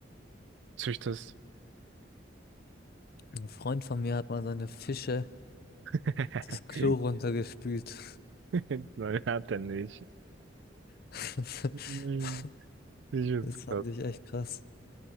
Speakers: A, on the right (about 70°); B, on the left (about 55°).
A: züchtest.
B: Ein Freund von mir hat mal seine Fische
A: <laughs>
B: das Klo runtergespült.
A: <laughs> Nein, hat er nicht.
B: <laughs>
A: Mhm. Ich find's
B: Das fand
A: krass.
B: ich echt krass.